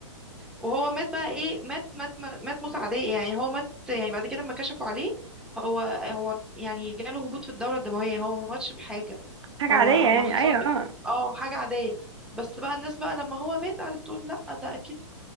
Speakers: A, in the centre; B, on the right.
A: وهو مات بقى ايه مات مات مات, مات موتة عادية يعني هو مات يعني بعد كده لما كشفوا عليه هو هو يعني جاله هبوط في الدورة الدموية هو ما ماتش بحاجة
B: حاجة
A: هو
B: عادية يعني
A: ما حصل
B: أيوة اه
A: اه حاجة عادية بس بقى الناس بقى لما هو مات قعدت تقول لا ده اكيد